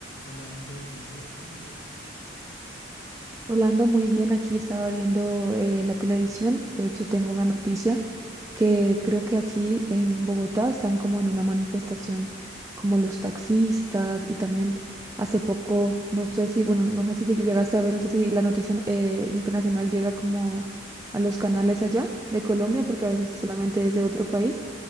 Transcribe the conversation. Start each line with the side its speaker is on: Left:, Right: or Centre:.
Left: Hola Anto, buenos días, ¿cómo estás?
Right: Rolando, muy bien, aquí estaba viendo eh, la televisión. De hecho, tengo una noticia que creo que aquí en Bogotá están como en una manifestación, como los taxistas y también hace poco, no sé si, bueno, no no sé si lleg- llegaste a ver, no sé si la noticia eh, internacional llega como a los canales allá de Colombia, porque a veces solamente es de otro país